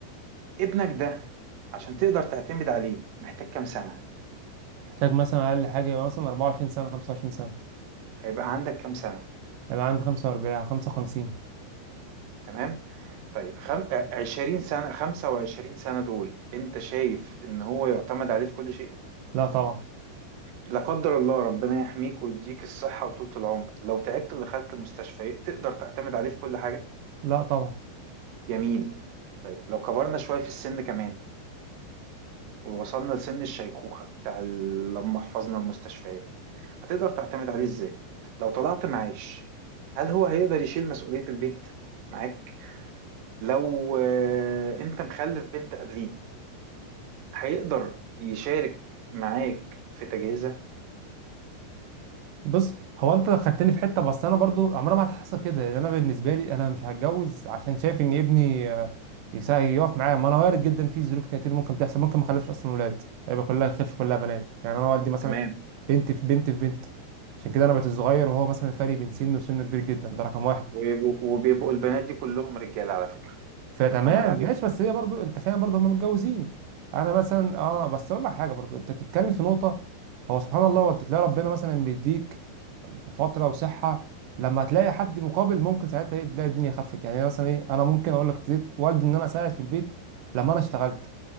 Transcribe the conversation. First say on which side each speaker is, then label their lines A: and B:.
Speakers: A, on the right; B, on the right.
A: ابنك ده عشان تقدر تعتمد عليه محتاج كام سنه
B: احتاج مثلا اقل حاجه يبقى مثلا 24 سنه 25 سنه
A: هيبقى عندك كام سنه
B: يبقى عندي 45 55
A: تمام طيب خم... آه، 20 سنة 25 سنة دول انت شايف ان هو يعتمد عليه في كل شيء
B: لا طبعا
A: لا قدر الله ربنا يحميك ويديك الصحة وطولة العمر لو تعبت ودخلت المستشفى تقدر تعتمد عليه في كل حاجة
B: لا طبعا
A: جميل طيب لو كبرنا شوية في السن كمان ووصلنا لسن الشيخوخة بتاع ال- لما حفظنا المستشفيات هتقدر تعتمد عليه ازاي لو طلعت معاش هل هو هيقدر يشيل مسؤولية البيت معاك لو آه، انت مخلف بنت قبليه هيقدر يشارك معاك في تجهيزها
B: بص هو انت دخلتني في حته بس انا برضو عمرها ما هتحصل كده لان انا بالنسبه لي انا مش هتجوز عشان شايف ان ابني آه، يسا- يقف معايا ما انا وارد جدا في ظروف كتير ممكن تحصل ممكن ما اخلفش اصلا ولاد يبقى كلها خلف كلها بنات يعني انا والدي مثلا
A: تمام
B: بنت في بنت في بنت عشان كده انا بقيت الصغير وهو مثلا فرق بين سنه وسنه كبير جدا ده رقم واحد
A: ويبقوا وبيبقوا البنات دي كلهم رجاله على فكره
B: فتمام
A: يعتمد عليهم
B: ماشي بس هي برضو انت فاهم برضو هم متجوزين انا مثلا اه بس اقول لك حاجه برضو انت بتتكلم في نقطه هو سبحان الله وانت تلاقي ربنا مثلا بيديك في فتره وصحه لما تلاقي حد مقابل ممكن ساعتها ايه تلاقي الدنيا خفت يعني أنا مثلا ايه انا ممكن اقول لك ابتديت والدي ان انا اساعد في البيت لما انا اشتغلت